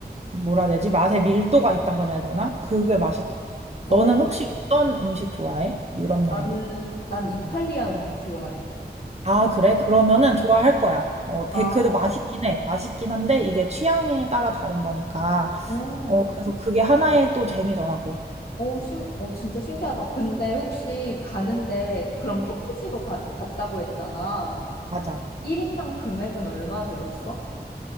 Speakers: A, on the right; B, on the left.
A: 뭐라 해야 되지? 맛에 밀도가 있다 그래야 되나? 그게
B: 음.
A: 맛있더라고.
B: 어,
A: 너는 혹시 어떤 음식 좋아해? 유럽 여행.
B: 나는, 난 이탈리아
A: 음.
B: 음식 좋아해.
A: 아, 그래? 그러면은 좋아할 거야. 어, 되
B: 아,
A: 그래도 맛있긴 해. 맛있긴 한데 이게 취향에 따라 다른 거니까.
B: 어,
A: 어, 그래서 그게 하나의 또 재미더라고.
B: 오, 신, 어, 진짜 신기하다. 근데 혹시 가는데 그런 패키지로 가, 갔다고 했잖아.
A: 맞아.
B: 1인당 금액은 얼마 들었어?